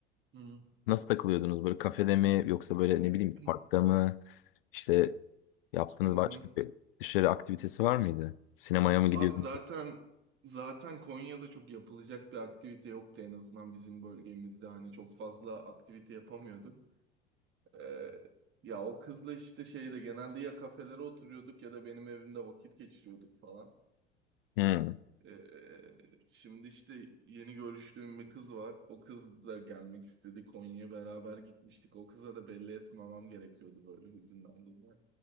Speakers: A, on the right; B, on the left.
A: Hı.
B: nasıl takılıyordunuz? Böyle kafede mi yoksa böyle ne bileyim
A: Hı
B: parkta mı? İşte yaptığınız
A: hı. hı.
B: başka bir dışarı aktivitesi var mıydı? Sinemaya mı
A: Abi
B: gidiyordunuz?
A: zaten zaten Konya'da çok yapılacak bir aktivite yoktu en azından bizim bölgemizde hani çok fazla aktivite yapamıyorduk. Ee, ya o kızla işte şeyde genelde ya kafelere oturuyorduk ya da benim evimde vakit geçiriyorduk falan.
B: Hmm.
A: Ee, şimdi işte yeni görüştüğüm bir kız var. O kız da gelmek istedi Konya'ya beraber gitmiştik. O kıza da belli etmemem gerekiyordu böyle hüzünden dolayı.